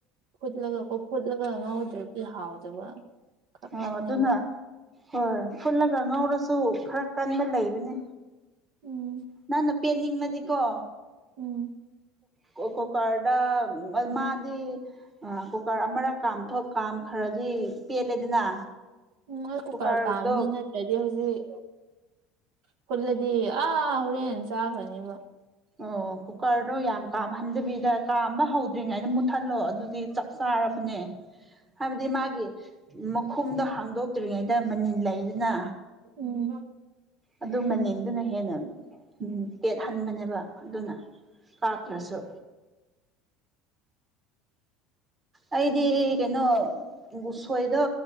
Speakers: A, on the right (about 65°); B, on the right (about 20°).
A: ꯐꯨꯠꯂꯒ ꯀꯣ ꯐꯨꯠꯂꯒ ꯉꯧꯗ꯭ꯔꯗꯤ ꯍꯥꯎꯗꯕ ꯈꯔ
B: ꯑꯣ
A: ꯀꯜꯂꯦꯕ
B: ꯑꯗꯨꯅ ꯍꯣꯏ ꯐꯨꯠꯂꯒ ꯉꯧꯔꯁꯨ ꯈꯔ ꯀꯟꯕ ꯂꯩꯕꯅꯦ
A: ꯎꯝ
B: ꯅꯪꯅ ꯄꯦꯠꯅꯤꯡꯉꯗꯤꯀꯣ
A: ꯎꯝ
B: ꯀꯣ ꯀꯣꯀꯔꯗ ꯃꯥꯗꯤ ꯑ ꯀꯨꯀꯔ ꯑꯃꯔꯛ ꯀꯥꯝꯊꯣꯛ ꯀꯥꯝ ꯈꯔꯗꯤ ꯄꯦꯠꯂꯦꯗꯅ
A: ꯎꯝ ꯑꯩ ꯀꯨꯀꯔ
B: ꯀꯨꯀꯔꯗꯣ
A: ꯀꯥꯝꯕꯅꯤꯅ ꯁꯤꯗꯗꯤ ꯍꯧꯖꯤꯛ ꯐꯨꯠꯂꯗꯤ ꯑꯥ ꯍꯣꯔꯦꯟ ꯆꯥꯈ꯭ꯔꯅꯦꯕ
B: ꯑꯣ ꯀꯨꯀꯔꯗꯣ ꯌꯥꯝ ꯀꯥꯝꯍꯟꯗꯕꯤꯗ ꯀꯥꯝꯕ ꯍꯧꯗ꯭ꯔꯤꯉꯩꯗ ꯃꯨꯠꯊꯠꯂꯣ ꯑꯗꯨꯗꯤ ꯆꯞ ꯆꯥꯔꯕꯅꯦ ꯍꯥꯏꯕꯗꯤ ꯃꯥꯒꯤ ꯃꯈꯨꯝꯗꯣ ꯍꯥꯡꯗꯣꯛꯇ꯭ꯔꯤꯉꯩꯗ ꯃꯅꯤꯜ ꯂꯩꯗꯅ
A: ꯎꯝ
B: ꯑꯗꯨ ꯃꯅꯤꯟꯗꯨꯅ ꯍꯦꯟꯅ ꯎꯝ ꯀꯦꯠꯍꯟꯕꯅꯦꯕ ꯑꯗꯨꯅ ꯀꯥꯞꯇꯔꯁꯨ ꯑꯩꯗꯤ ꯀꯩꯅꯣ ꯎꯁꯣꯏꯗꯣ